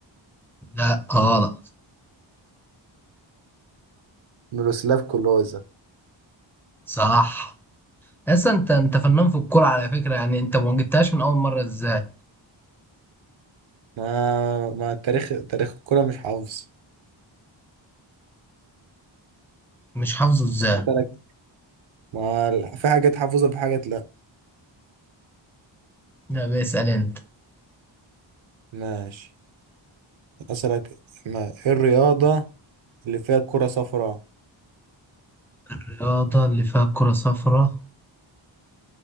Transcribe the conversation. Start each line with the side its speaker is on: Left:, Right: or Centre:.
Centre: لا غلط
Right: ميروسلاف كلوزا
Centre: صح أصلا أنت أنت فنان في الكورة على فكرة يعني أنت ما جبتهاش من أول مرة إزاي
Right: ما ما التاريخ تاريخ الكرة مش حافظ
Centre: مش حافظه إزاي
Right: هسألك ما ال- في حاجات حافظها في حاجات لأ
Centre: لا بيسأل أنت
Right: ماشي أسألك ما إيه الرياضة اللي فيها كرة صفراء
Centre: الرياضة اللي فيها كرة صفراء